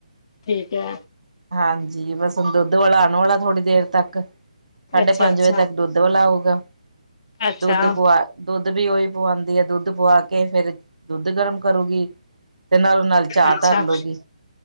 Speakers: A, on the left (about 40°); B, on the right (about 75°).
A: ਠੀਕ ਹੈ।
B: ਹਾਂਜੀ, ਬਸ ਹੁਣ ਦੁੱਧ ਵਾਲਾ ਆਉਣ ਵਾਲਾ ਥੋੜੀ ਦੇਰ ਤੱਕ, ਸਾਢੇ
A: ਅੱਛਾ
B: ਪੰਜ
A: ਅੱਛਾ
B: ਵਜੇ ਤੱਕ ਦੁੱਧ ਵਾਲਾ ਆਉਗਾ।
A: ਅੱਛਾ
B: ਦੁੱਧ ਪਵਾ ਦੁੱਧ ਵੀ ਉਹੀ ਪਵਾਉਂਦੀ ਹੈ। ਦੁੱਧ ਪਆ ਕੇ ਫੇਿਰ, ਦੁੱਧ ਗਰਮ ਕਰੂਗੀ। ਤੇ ਨਾਲੋਂ ਨਾਲ, ਚਾਹ
A: ਅੱਛਾ
B: ਧਰਲੋਗੀ।